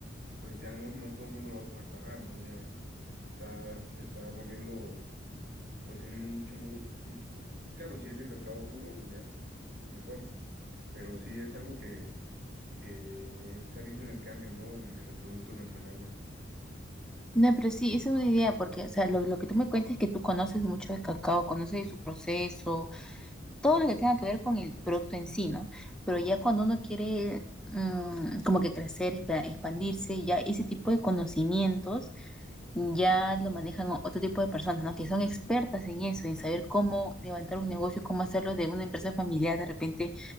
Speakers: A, on the right; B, in the centre.
A: pues ya no, no todo el mundo lo va a poder pagar, ¿no? Ya se está, se está volviendo pues en un nicho muy específico. Claro, si es de cacao puro, pues ya, mejor. Pero sí es algo que, que se ha visto en el cambio, ¿no? En, en los productos nacionales.
B: No, pero sí, esa es una idea, porque, o sea, lo, lo que tú me cuentas es que tú conoces mucho de cacao, conoces de su proceso, todo lo que tenga que ver con el producto en sí, ¿no? Pero ya cuando uno quiere mm, como que crecer, expa- expandirse, ya ese tipo de conocimientos ya lo manejan o- otro tipo de personas, ¿no? Que son expertas en eso, en saber cómo levantar un negocio, cómo hacerlo de una empresa familiar de repente